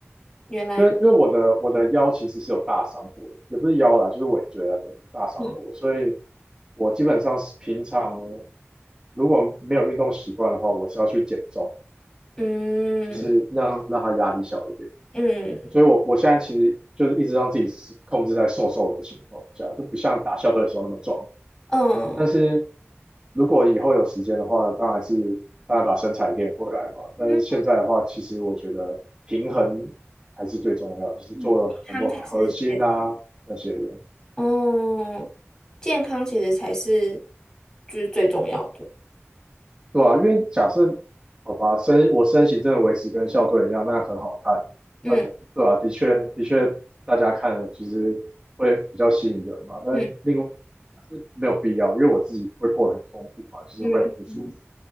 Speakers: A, on the left; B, on the right.
A: 原来如，
B: 因为因为我的我的腰其实是有大伤过的，也不是腰啦，就是尾椎那边有大伤过，
A: 嗯
B: 所以我基本上是平常如果没有运动习惯的话，我是要去减重，
A: 嗯
B: 就是让让它压力小一点。
A: 嗯
B: 所以我我现在其实就是一直让自己是控制在瘦瘦的情况下，就不像打校队的时候那么壮。
A: 嗯
B: 但是如果以后有时间的话，当然是大家把身材练回来嘛。
A: 嗯，
B: 但是现在的话，其实我觉得平衡还是最重要，就是做了很多核心啊那些的，
A: 嗯康才是最，嗯，健康其实才是就是最重要的。
B: 对啊，因为假设好吧，身我身形真的维持跟校队一样，那很好看。
A: 嗯。
B: 啊，对啊，的确的确，大家看了就是会比较吸引人嘛。但是另外但是没有必要，
A: 嗯
B: 因为我自己会过得很痛苦嘛，其实会很不舒服，
A: 嗯嗯，